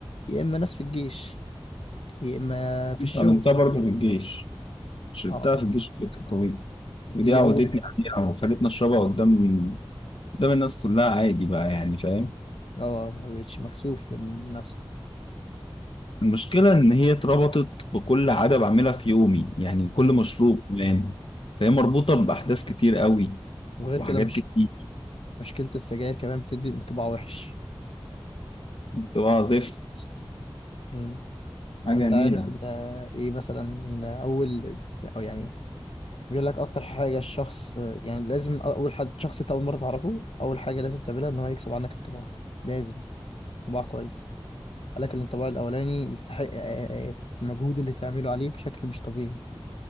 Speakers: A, on the left; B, on the left.
A: يا إما ناس في الجيش يا إما في الشغل
B: عملتها برضه في الجيش شربتها
A: اه
B: في الجيش كانت قوية ودي
A: دي
B: عودتني
A: أول
B: عليها وخلتني أشربها قدام قدام الناس كلها عادي بقى يعني فاهم
A: اه ما بقتش مكسوف من نفسك
B: المشكلة إن هي اتربطت في كل عادة بعملها في يومي يعني كل
A: مم.
B: مشروب كمان فهي مربوطة بأحداث كتير قوي
A: وغير
B: وحاجات
A: كده مش
B: كتير
A: مشكلة السجاير كمان بتدي انطباع وحش
B: بتبقى زفت
A: مم.
B: حاجة
A: وانت
B: نيلة
A: عارف ان آه، ايه مثلا ان اول او يعني بيقول لك اكتر حاجه الشخص يعني لازم اول حد شخص انت اول مره تعرفه اول حاجه لازم تعملها ان هو يكسب عنك الطباع لازم طباع كويس قال لك ان الطباع الاولاني يستحق آه، آه، المجهود اللي تعمله عليه بشكل مش طبيعي